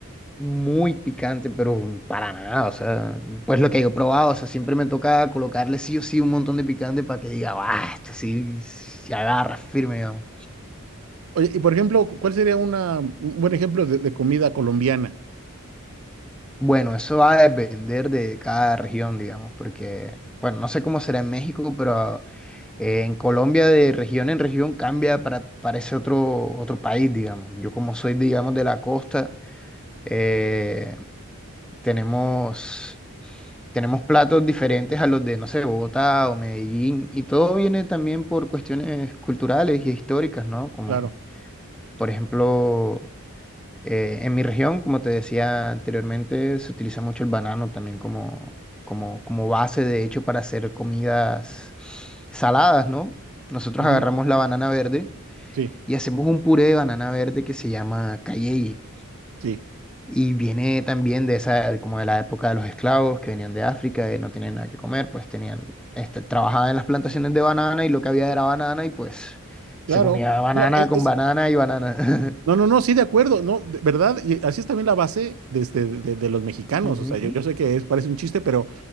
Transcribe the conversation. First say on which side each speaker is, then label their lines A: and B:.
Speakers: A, in the centre; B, on the right.
A: muy picante, pero para nada, o sea, pues lo que yo he probado, o sea, siempre me toca colocarle sí o sí un montón de picante para que diga, ah, esto sí se agarra firme, digamos.
B: Oye, y por ejemplo, cu- ¿cuál sería una, un buen ejemplo de, de comida colombiana?
A: Bueno, eso va a depender de cada región, digamos, porque, bueno, no sé cómo será en México, pero Eh, en Colombia, de región en región, cambia para, para ese otro, otro país, digamos. Yo como soy, digamos, de la costa, eh, tenemos, tenemos platos diferentes a los de, no sé, Bogotá o Medellín, y todo viene también por cuestiones culturales y históricas, ¿no? Como,
B: Claro.
A: por ejemplo... Eh, en mi región, como te decía anteriormente, se utiliza mucho el banano también como, como, como base, de hecho, para hacer comidas saladas, ¿no? Nosotros
B: Ujú.
A: agarramos la banana verde
B: Sí,
A: y hacemos un puré de banana verde que se llama cayeye.
B: sí,
A: Y viene también de esa, como de la época de los esclavos que venían de África y no tenían nada que comer, pues tenían, este, trabajaban en las plantaciones de banana y lo que había era banana y pues
B: claro.
A: se comía banana
B: No, es,
A: con
B: es-
A: banana y banana.
B: No, no, no, sí, de acuerdo, no, de verdad, y así es también la base de, este- de- de los mexicanos,
A: <laughs> Ujú.
B: o sea, yo, yo sé que es, parece un chiste, pero,